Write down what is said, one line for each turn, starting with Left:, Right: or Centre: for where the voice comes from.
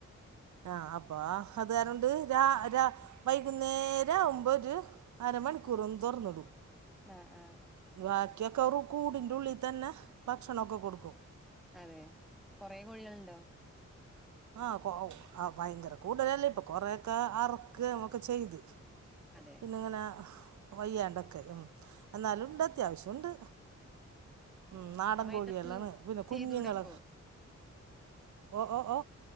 Right: ആഹ അപ്പൊ അത് കാരണ്ട് രാ രാ- വൈകുന്നേര ആവുമ്പോ ഒരു അരമണിക്കൂറ ഒന്ന് തുറന്നിടും.
Centre: ആ ആ
Right: വാക്കിയൊക്കൊറു കൂടിൻ്റുള്ളി തന്നെ ഭക്ഷണൊക്കെ കൊടുക്കും
Centre: അതെ കൊറെ കോഴികൾണ്ടോ
Right: ആ കൊ ഒ അ വയങ്കര കൂടുതലല്ല ഇപ്പൊ കൊറേ ഒക്ക അറക്കെം ഒക്കെ ചെയ്ത്
Centre: അതെ
Right: പിന്നെങ്ങനെ വയ്യാണ്ടൊക്കെ ഉം എന്നാലും <unintelligible> അത്യാവശ്യണ്ട് ഉം നാടൻ
Centre: ഫാമായിട്ടൊന്ന്
Right: കോഴ്യേളാണ് പിന്നെ കുഞ്ഞുങ്ങള
Centre: ചെയ്തൂടെ അപ്പൊ
Right: ഓ ഓ ഓ